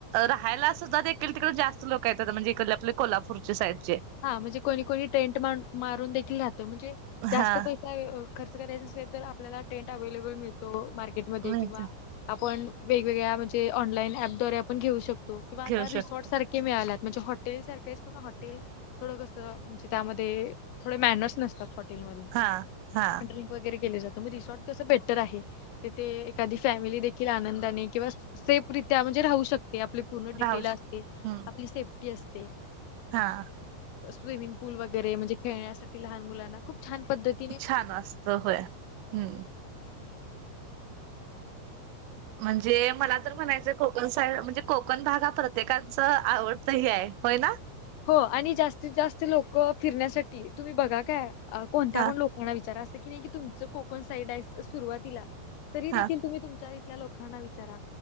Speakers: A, on the right; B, on the left.
A: राहायला सद्धा देखील तिकडे जास्त लोक येतात म्हणजे इकड आपले कोल्हापूरच्या साईडचे.
B: हा म्हणजे कोणी -कोणी ट्रेंट मारून देखील राहतो म्हणजे जास्त
A: हा
B: पैसे खर्च करायचा असेल तर आपल्याला ट्रेंट अवेलेबल मिळतो मार्केटमध्ये
A: मिळते
B: किंवा आपण वेगवेगळ्या म्हणजे ऑनलाईन ऍपद्वारे आपण घेऊ शकतो किंवा
A: घेऊ
B: रिसॉर्टसारख्या
A: शकतो
B: मिळाला म्हणजे हॉटल सारखेच पण हॉटेल थोडं कसं म्हणजे त्यामध्ये थोडे मॅनर्स नसतात हॉटेलमध्ये
A: हा हा
B: ड्रिंक वगैरे केले जातं मग रिसॉर्ट कसं बेटर आहे. तिथे एखादी फॅमिली देखील आनंदाने किंवा सेफ रित्या म्हणजे राहू शकते आपली पूर्ण डिटेल
A: राहू
B: असते
A: शकतो हम्म
B: आपली सेफ्टी असते.
A: हा.
B: स्विमिंग पूल वगैरे म्हणजे खेळण्यासाठी लहान मुलांना खूप छान पद्धती
A: छान असतं होय हम्म. म्हणजे मला तर म्हणायचं कोकण साईड म्हणजे कोकण भाग हा प्रत्येकच आवडतं हे आहे होय ना.
B: हो आणि जास्तीत -जास्त लोक फिरण्यासाठी तुम्ही बघा काय कोणत्या
A: हा
B: पण लोक विचार अस क नाही की तुमच कोकण साईड राईस सुरुवातीला तरी देखल
A: हा
B: तुम्ही. तुमच्या इथल्या लोकांना विचारा